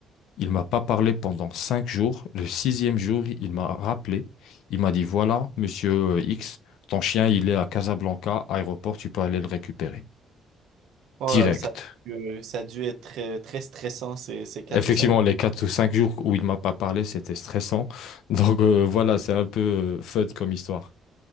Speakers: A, on the left (about 85°); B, on the right (about 80°).
A: Il m'a pas parlé pendant cinq jours. Le sixième jour, il m'a rappelé. Il m'a dit, voilà, monsieur euh, X, ton chien, il est à Casablanca, aéroport, tu peux aller le récupérer.
B: Oh,
A: Direct.
B: euh, ça, a dû euh, ça a dû être très, très stressant ces, ces 4
A: Effectivement,
B: ou cinq.
A: les quatre ou cinq jours où il m'a pas parlé, c'était stressant. <laughs> Donc euh, voilà, c'est un peu euh, fun comme histoire.